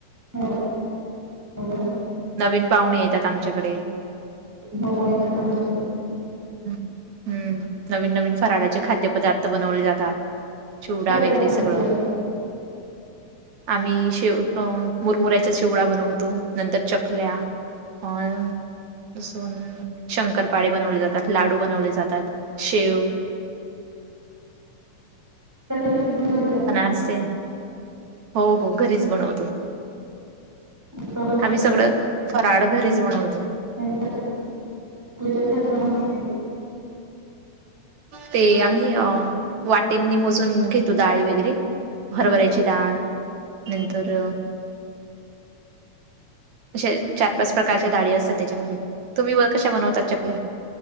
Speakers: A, in the centre; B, on the right.
A: हो हो, बरोबर
B: नवीन पाहुणे येतात आमच्याकडे.
A: हो येतात ना आमच्याकडे पण.
B: ह हम्म. नवीन नवीन फराळाचे खाद्यपदार्थ बनवले जातात. चिवडा
A: काय काय
B: वगैरे
A: बनवता तुम्ही
B: सगळं.
A: दिवाळीला?
B: आम्ही शेव मुरमुऱ्याचा चिवडा बनवतो. नंतर चकल्या. <unintelligible> शंकरपाळे. बनवले जातात. लाडू बनवले जातात. शेव-
A: चकली <unintelligible>
B: अनारसे. हो हो. घरीच बनवतो.
A: असं प्रमाण
B: आम्ही
A: कसं घेता
B: सगळं
A: त्याचं?
B: फराळ घरीच बनवतो.
A: <unintelligible>
B: ते आम्ही अ वाटिंनी मोजून घेत- तो. डाळी वगैरे
A: घ्यायचं?
B: हरभऱ्याची डाळ नंतर- अशे चार पाच प्रकारच्या डाळी असतात त्याच्यामध्ये. तुम्ही व कशा बनवतात चकल्या?